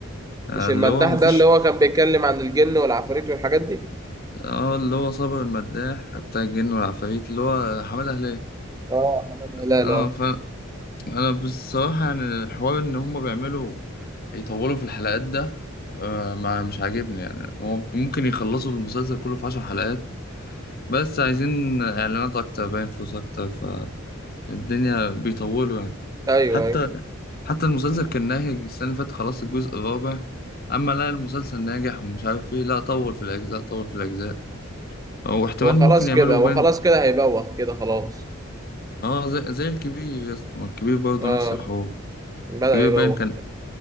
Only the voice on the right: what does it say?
مش المداح
ده اللي هو كان بيتكلم عن الجن والعفاريت والحاجات دي
اه حماده هلال
اه
ايوه
ايوه
هو خلاص
كده هو
خلاص كده هيبوخ كده خلاص
اه
بدأ
يبوخ